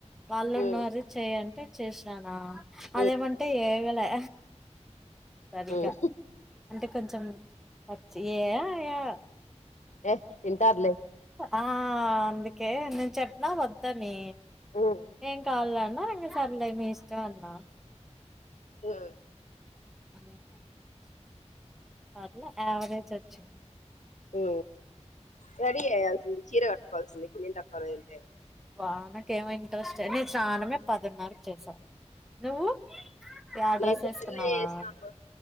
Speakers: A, in the centre; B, on the left (about 85°).
A: వాళ్ళు
B: హ్మ్
A: ఉన్నారు చేయండి అంటే చేసినానా
B: హ్మ్
A: అదేమంటే ఏగలే సరిగా
B: హ్మ్
A: అంటే కొంచెం చే ఆయా
B: ఏ తింటారు లే
A: ఆ అందుకే నేను చెప్పిన వద్దని
B: హ్మ్
A: ఏం కాదులే అ రంగ సర్లె మీ ఇష్టం అన్నా
B: ఆ
A: <inaudible> పర్లే యావరేజ్ వచ్చింది
B: ఉ రెడీ అయ్యాల్సింది చీర కట్టుకోవాల్సింది కిన్ తక్కువ వెళ్తే
A: వానకేమి ఇంట్రెస్ట్ నేను స్నానమే పదిన్నరకి చేసా నువ్వు యా
B: నేను
A: డ్రెస్
B: పొద్దున్నే
A: ఏసుకున్నావా
B: చేసినను